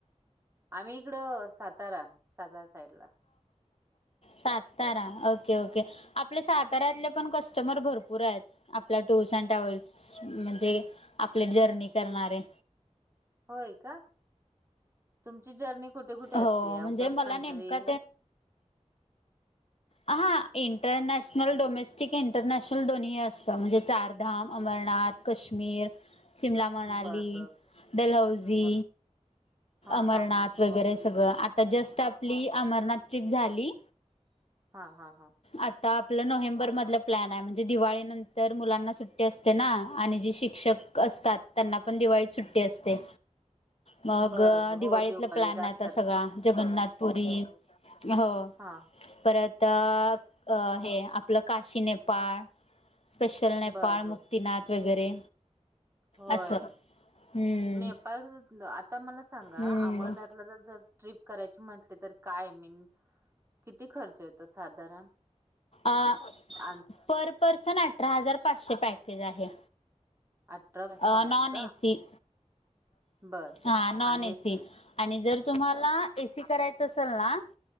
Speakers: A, on the right; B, on the left.
A: आम्ही इकड सातारा, सातारा साईडला.
B: सातारा, ओके ओके, आपले साताऱ्यातले पण कस्टमर भरपूर आहेत. आपल्या टूर्स अँड ट्रॅव्हल्स म्हणजे आपले जर्नी करणारे.
A: होय का? तुमची जर्नी कुठे कुठे
B: हो
A: असते?
B: म्हणजे
A: आउट ऑफ
B: मला
A: कंट्री
B: नेमका
A: <inaudible>
B: हां, इंटरनॅशनल डोमेस्टिक इंटरनॅशनल दोन्ही असतं, म्हणजे चारधाम, अमरनाथ. कश्मीर, शिमला मनाली,
A: बर बर बर
B: दलहौसी
A: बर हा
B: अमरनाथ
A: हा हा हा
B: वगैरे सगळं, आता जस्ट आपली अमरनाथ ट्रिप झाली.
A: हा हा हा.
B: आता आपलं नोव्हेंबर मधलं प्लॅन आहे, म्हणजे दिवाळी नंतर मुलांना सुट्टी असते. ना, आणि जी शिक्षक असतात, त्यांना पण दिवाळी सुट्टी असते.
A: <inaudible>
B: मग
A: बर
B: दिवाळीतला
A: हो दिवाळीत
B: प्लॅन आता
A: असतात
B: सगळा, जगन्नाथपुरी, हो.
A: हा
B: परत, आपलं हे काशी नेपाळ स्पेशल नेपाळ,
A: बर बर
B: मुक्तीिनाथ वगैरे
A: होय,
B: असं हम्म
A: नेपाळ आता मला सांगा
B: हम्म
A: अमरनाथ आप जर ट्रिप करायची म्हटले तर काय मीन किती खर्च येतो साधारण?
B: अ
A: अंदाज
B: पर पर्सन अठरा हजार पाचशे पॅकेज आहे.
A: अठरा पाशे
B: अ
A: आहे
B: नॉन
A: का
B: ए. सी,
A: बर
B: हम नॉन
A: आणि
B: ए.
A: AC
B: C. आणि जर तुम्हाला ए सी करायचं असेल ना